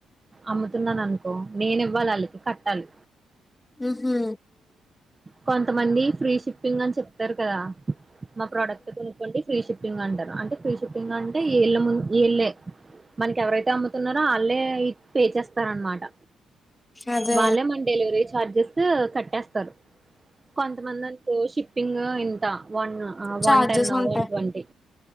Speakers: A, on the right (about 20°); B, on the left (about 15°).
A: అమ్ముతున్నాను అనుకో నేను ఇవ్వాలి ఆళ్ళకి కట్టాలి.
B: ఊ ఉ
A: కొంతమంది ఫ్రీ షిప్పింగ్ అని చెప్తారు కదా మా ప్రోడక్ట్ కొనుక్కోండి ఫ్రీ షిప్ ఇగ అంటరు అంటే ఫ్రీ షుటింగ్ అంటే ఈళ్ళ ముందు ఈళ్ళే మనకి ఎవరై అమ్ముతున్నారో ఆళ్ళే పే చేస్తార అన్మాట
B: అదే
A: వాళ్ళే మన డెలివరీ చార్జెస్ కట్టేస్తారు కొంతమంది అంటే షిప్పింగ్ ఇంత one
B: charges
A: one ten
B: ఉంటాయి
A: వన్ ట్వంటీ